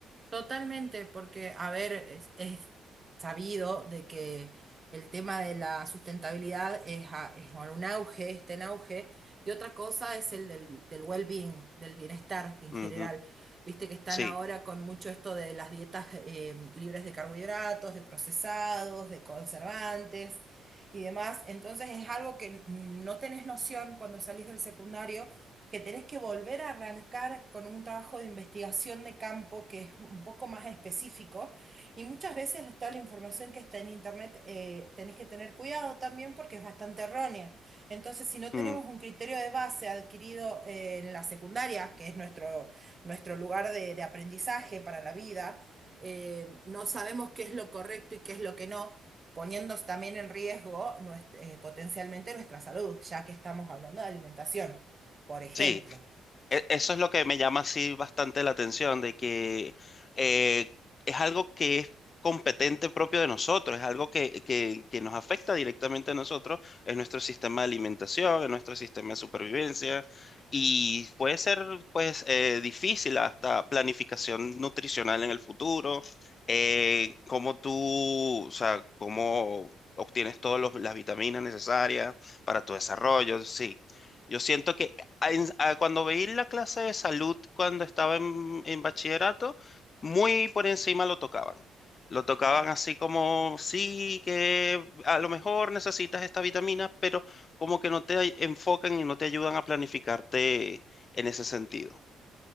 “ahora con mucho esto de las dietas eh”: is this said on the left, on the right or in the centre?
Right